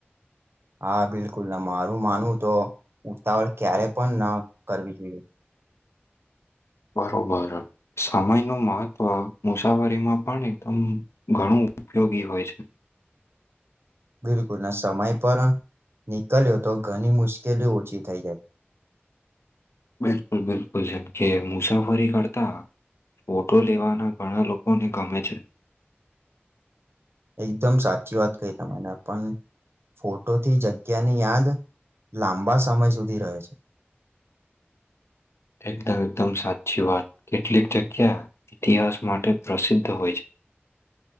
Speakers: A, on the right (about 70°); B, on the left (about 85°).
A: હા, બિલકુલ ના મારું માનવું તો ઉતાવળ ક્યારે પણ ન કરવી જોઈએ.
B: બરોબર સમય નું મહત્વ મુસાફરીમાં પણ એકદમ ઘણું ઉપયોગી હોય છે,
A: બિલકુલ ના સમય પર નીકલ્યો તો ઘણી મુશ્કેલી ઓછી થઈ જાય.
B: બિલકુલ બિલકુલ જેઝમ કે મુસાફરી કરતા ફોટો લેવાના ઘણા લોકોને ગમે છે,
A: એકદમ સાચી વાત ક ત મને પણ ફોટોથી જગ્યાની યાદ લાંબા સમય સુધી રહે છે,
B: <inaudible> એકદમ એકદમ સાચી વાત કેટલીક જગ્યા ઇતિહાસ માટે પ્રસિદ્ધ હોય છે, <unintelligible>